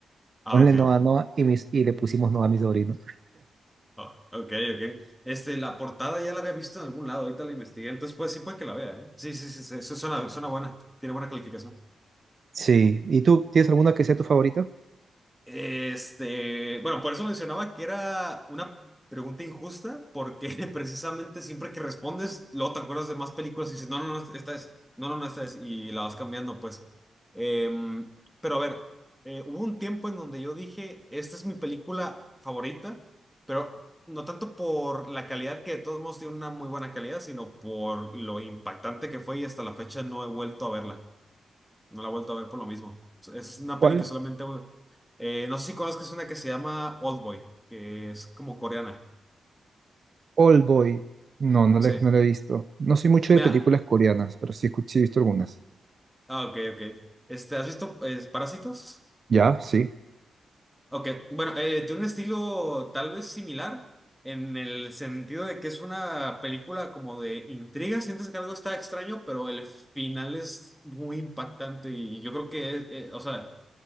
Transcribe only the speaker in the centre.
Ah,
ok.
Ah, ok, ok. Este, la portada ya la había visto en algún lado, ahorita la investigué, entonces pues sí puede que la vea, ¿eh? Sí, sí, sí, sí, eso suena, suena buena, tiene buena calificación.
Este, bueno, por eso mencionaba que era una pregunta injusta, porque <laughs> precisamente siempre que respondes, luego te acuerdas de más películas y dices, no, no, no, esta es, no, no, no, esta es, y la vas cambiando, pues. Em, pero a ver, eh, hubo un tiempo en donde yo dije, esta es mi película favorita, pero no tanto por la calidad, que de todos modos tiene una muy buena calidad, sino por lo impactante que fue y hasta la fecha no he vuelto a verla. No la he vuelto a ver por lo mismo. Es una
peli que solamente... eh, no sé si conozcas una que se llama Oldboy, que es como coreana.
Sí.
Mira,
ah, ok, ok. Este, ¿has visto eh, Parásitos?
Ok, bueno, eh, tiene un estilo tal vez similar en el sentido de que es una película como de intriga. Sientes que algo está extraño, pero el final es muy impactante y yo creo que, eh, eh, o sea...